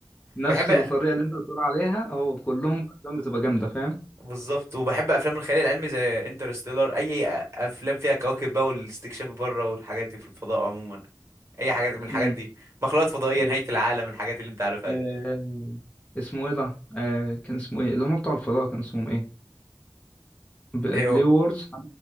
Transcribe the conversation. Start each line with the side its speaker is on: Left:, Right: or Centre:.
Left: نفس
Right: بحب
Left: الطريقه اللي انت بتقول عليها هو كلهم افلام بتبقى جامده فاهم
Right: بالظبط وبحب افلام الخيال العلمي زي انترستيلر اي أ- افلام فيها كواكب بقى والاستكشاف بره والحاجات دي في الفضاء عموما اي حاجات من الحاجات
Left: امم
Right: دي مخلوقات فضائية
Left: ايوه
Right: نهاية العالم الحاجات اللي انت عارفها
Left: آه،
Right: دي
Left: اسمه ايه ده آه، كان اسمه ايه اللي هم بتوع الفضاء كان اسمهم ايه ب-
Right: ايه
Left: بلاي
Right: هو
Left: وورز